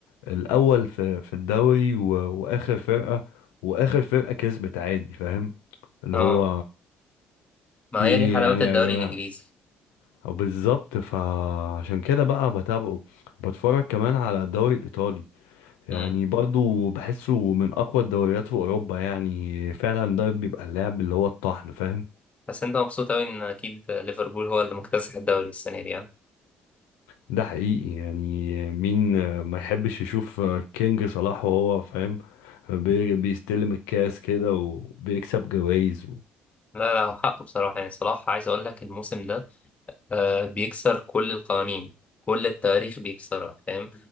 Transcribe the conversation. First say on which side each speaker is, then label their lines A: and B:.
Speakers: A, on the left; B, on the left.
A: الاول في في الدوري و- واخر فرقه واخر فرقه كسبت عادي فاهم اللي
B: اه
A: هو
B: ما
A: في
B: هي
A: ايه
B: دي حلاوه
A: يعني
B: الدوري
A: يا جماعه
B: الانجليزي
A: أو بالظبط فعشان كده بقى بتابعه بتفرج كمان على الدوري الايطالي يعني
B: امم
A: برضو بحسه من اقوى الدوريات في اوروبا يعني فعلا ده بيبقى اللعب اللي هو الطحن فاهم
B: بس انت مبسوط اوي ان اكيد ليفربول هو اللي مكتسح الدوري السنه دي يعني
A: ده حقيقي يعني مين آه، ما يحبش يشوف آه، كينج صلاح وهو فاهم بي- بيستلم الكاس كده وبيكسب جوائز
B: لا لا هو حقه بصراحه يعني صلاح عايز اقول لك الموسم ده آه بيكسر كل القوانين كل التواريخ بيكسرها فاهم